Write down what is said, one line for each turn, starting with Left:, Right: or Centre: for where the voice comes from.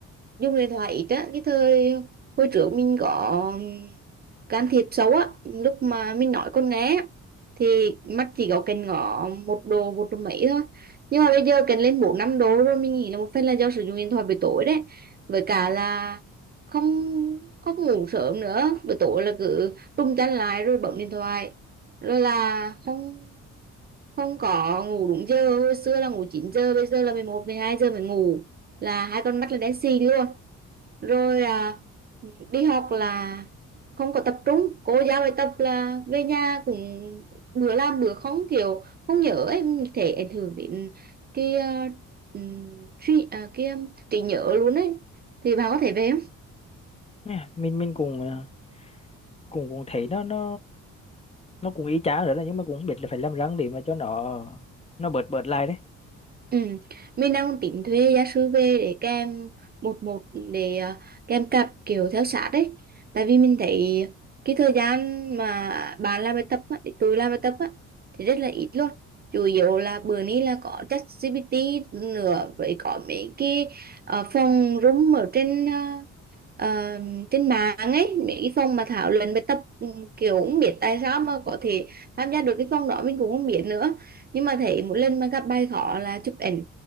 Right: dùng điện thoại ít á cái thời hồi trước mình có can thiệp xấu á lúc mà mình nói con nghe á, thì mắt chỉ có cần ngó một độ một độ mấy thôi nhưng mà bây giờ cần lên bốn năm độ rồi mình nghĩ là một phần là do sử dụng điện thoại buổi tối đấy với cả là không không ngủ sớm nữa buổi tối là cứ trung chăn lại rồi bấm điện thoại rồi là không không có ngủ đúng giờ hồi xưa là ngủ chín giờ bây giờ là mười một mười hai giờ mới ngủ là hai con mắt là đen xì luôn rồi à, đi học là không có tập trung cô giao bài tập là về nhà cũng bữa làm bữa không kiểu không nhớ ấy mình thể ảnh hưởng đến cái uh, trí à, cái um, trí nhớ luôn ấy thì bà có thể về
Left: Nè, Mình mình cũng à, cũng cũng thấy nó nó nó cũng y chang rồi đó nhưng mà cũng không biết là phải làm răng để mà cho nó nó bớt bớt lại đấy
Right: Ừ. Mình đang tính thuê gia sư về để kèm một một để à, kèm cặp kiểu theo sát đấy tại vì mình thấy cái thời gian mà bạn làm bài tập á, để tôi làm bài tập á, thì rất là ít luôn chủ yếu là bữa nay là có ChatGPT nữa với có mấy cái à, phòng room ở trên ờ, ờ, trên mạng ấy mấy cái phòng mà thảo luận bài tập ừ, kiểu không biết tại sao mà có thể tham gia được cái phòng đó mình cũng không biết nữa nhưng mà thấy mỗi lần mà gặp bài khó là chụp ảnh